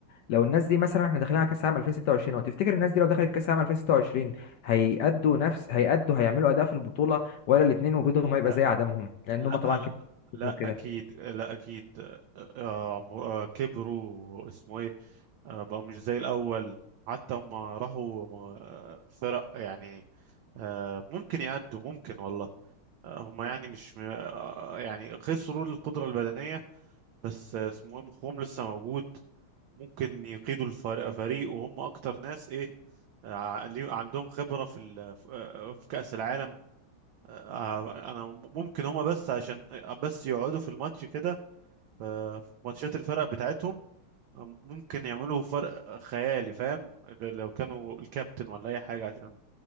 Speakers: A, on the left; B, on the right.
A: لو الناس دي مثلا احنا داخلين على كاس عام 2026 اهو تفتكر الناس دي لو دخلت كاس عام 2026 هيأدوا نفس هيأدوا هيعملوا اداء في البطوله ولا الاثنين وجودهم هيبقى
B: لا
A: زي عدمهم لان
B: لا
A: هم طبعا
B: لا,
A: كده
B: لا
A: وكده
B: اكيد لا اكيد آه، م- آه، كبروا اسمه ايه آه، بقوا مش زي الاول حتى هم راحوا م- آه، فرق يعني آه، ممكن يأدوا ممكن والله آه، هم يعني مش م- آه، يعني خسروا القدرة البدنية بس آه، اسمه ايه مخهم لسه موجود ممكن يقيدوا الفريق فريق وهم اكتر ناس ايه ع- ليه- عندهم خبرة في ال- في آه، في كأس العالم آه، انا ممكن هم بس عشان آه، بس يقعدوا في الماتش كده ف- في ماتشات الفرق بتاعتهم آه، ممكن يعملوا فرق خيالي فاهم ل- لو كانوا الكابتن ولا اي حاجة عشان